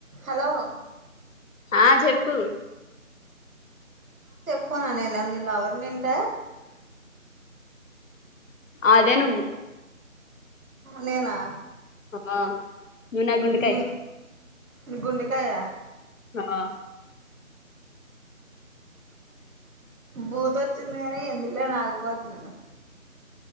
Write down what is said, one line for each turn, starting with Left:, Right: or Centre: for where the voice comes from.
Right: hello
Left: ఆ చెప్పు
Right: అ పో నను ఎన్నందిల అవరు నింట
Left: అదే నువ్వు
Right: నేనా
Left: ఆ నూనా గుండకాయ
Right: మీ మీ గుండెకాయ
Left: ఆ
Right: భూత వచ్చింది కాని ఎందుకలే నాకుపోతు నాన్న